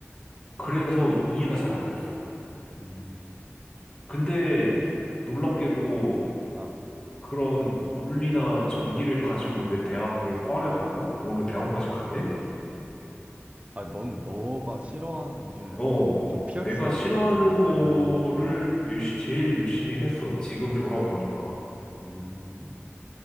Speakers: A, on the left; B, on the right.
A: 그래서 이해가 잘 안 됐어.
B: 음,
A: 근데 놀랍게도
B: 아,
A: 그런 물리나 전기를 가지고 내 대학의 과를 가고, 그걸로 대학원까지
B: 아,
A: 갔네?
B: 아, 너는 너가 싫어하는 게
A: 어,
B: 좀 피할
A: 내가
B: 수 없는
A: 싫어하는 거를
B: 그런 거구나.
A: 열심, 제일 열심히 했어. 지금 돌아보니까.
B: 음,